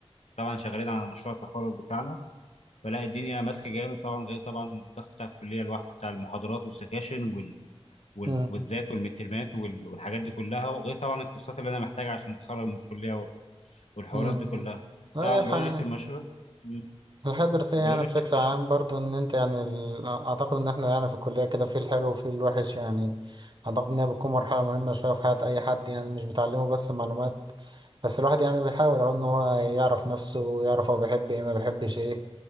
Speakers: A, on the left; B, on the right.
A: طبعا شغالين على مشروع التخرج بتاعنا فلا الدنيا ماسكه جامد طبعا غير طبعا الضغط بتاع الكليه لوحده بتاع المحاضرات والسكاشن وال والكويزات
B: امم
A: والمترمات وال- والحاجات دي كلها وغير طبعا الكورسات اللي انا محتاجها عشان اتخرج من الكليه والحوارات
B: امم
A: دي كلها
B: لا
A: طبعا
B: يلحق
A: بروجكت المشروع مم.
B: الحياة الدراسية يعني
A: بروجكت
B: بشكل
A: المشروع
B: عام برضو ان انت يعني ال- اعتقد ان احنا يعني في الكلية كده في الحلو وفي الوحش يعني اعتقد انها بتكون مرحلة مهمة شوية في حياة اي حد يعني مش بتعلمه بس معلومات بس الواحد يعني بيحاول اهو ان هو يعرف نفسه ويعرف هو بيحب ايه ما بيحبش ايه